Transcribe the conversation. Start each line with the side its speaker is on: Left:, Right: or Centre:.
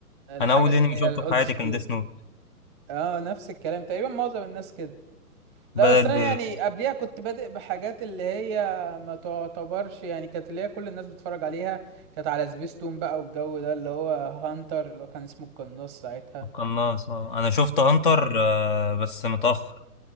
Right: الحاجات
Left: انا اول انمي
Right: اللي
Left: شفته
Right: هي الاولد
Left: في حياتي
Right: سكول
Left: كان ديس نوت
Right: اه نفس الكلام تقريبا معظم الناس كده لا
Left: بدأت
Right: بس انا
Left: ب-
Right: يعني قبليها كنت بادئ بحاجات اللي هي ما تعتبرش يعني كانت اللي هي كل الناس بتتفرج عليها كانت على سبيستون بقى والجو ده اللي هو هانتر اللي هو كان اسمه القناص ساعتها
Left: بالقناص آه. انا شفت هانتر آه بس متأخر